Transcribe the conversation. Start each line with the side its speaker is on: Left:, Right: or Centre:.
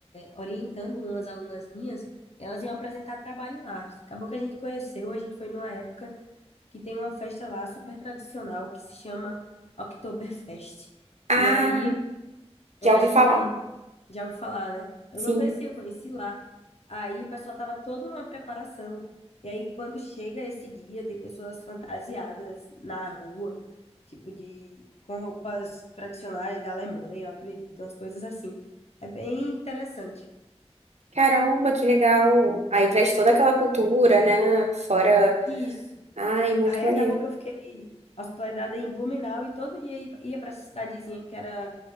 Left: orientando umas alunas minhas, e elas iam apresentar trabalho lá. Acabou que a gente conheceu, a gente foi numa época que tem uma festa lá super tradicional que se chama Oktoberfest.
Right: Ah,
Left: E aí, eu
Right: já ouvi
Left: acho
Right: falar.
Left: que já vou falar, né? Eu
Right: Sim.
Left: não conhecia, eu conheci lá. Aí o pessoal tava todo numa preparação. E aí, quando chega esse dia, tem pessoas fantasiadas na rua, tipo de com roupas tradicionais da Alemanha, eu acredito, umas coisas assim. É bem interessante.
Right: Caramba, que legal. Aí traz toda aquela cultura, né? Fora.
Left: Isso.
Right: Ai, muito
Left: Aí
Right: maneiro.
Left: acabou que eu fiquei hospedada em Blumenau e todo dia ia ia pra essa cidadezinha que era